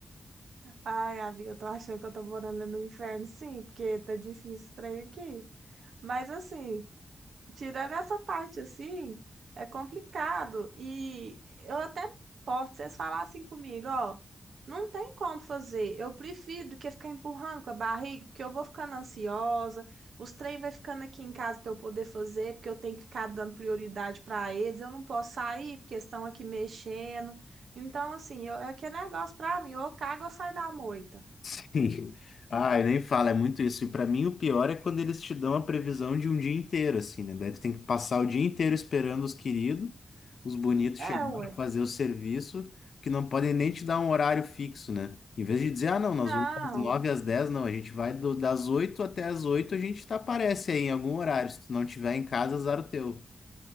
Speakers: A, on the right; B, on the left.
A: Ai, amiga, eu tô achando que eu tô morando no inferno, sim, porque tá difícil o trem aqui. Mas assim, tirando essa parte assim, é complicado. E eu até posso vocês falassem comigo, ó, não tem como fazer. Eu prefiro do que ficar empurrando com a barriga, porque eu vou ficando ansiosa, os trem vai ficando aqui em casa pra eu poder fazer, porque eu tenho que ficar dando prioridade pra eles, eu não posso sair, porque estão aqui mexendo. Então, assim, eu, é que é negócio pra mim, ou eu cago ou saio da moita.
B: <laughs> Ai, nem fala, é muito isso. E pra mim o pior é quando eles te dão a previsão de um dia inteiro, assim, né? Daí tu tem que passar o dia inteiro esperando os queridos, os bonitos
A: É,
B: chegar
A: ué.
B: para fazer o serviço, que não podem nem te dar um horário fixo, né? Em vez de dizer, ah, não, nós
A: Não.
B: vamos das 9 às 10 não, a gente vai do- das 8 até as 8 a gente tá, aparece aí em algum horário. Se tu não tiver em casa, azar o teu.